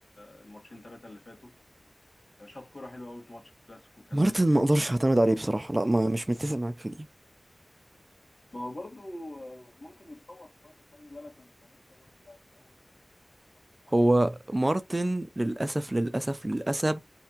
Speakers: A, on the left; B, on the right.
A: آه، الماتشين ثلاثه اللي فاتوا آه، شاط كرة حلوة أوي في ماتش الكلاسيكو كان
B: مارتن
A: نفسي تخش
B: ما اقدرش اعتمد عليه بصراحة لا ما مش متفق معاك في دي
A: ما هو برضو آه، ممكن يتطور شوية خلي بالك انت لسه برضو لعيب أول مرة يلعب
B: هو
A: خمس
B: مارتن للأسف للأسف للأسف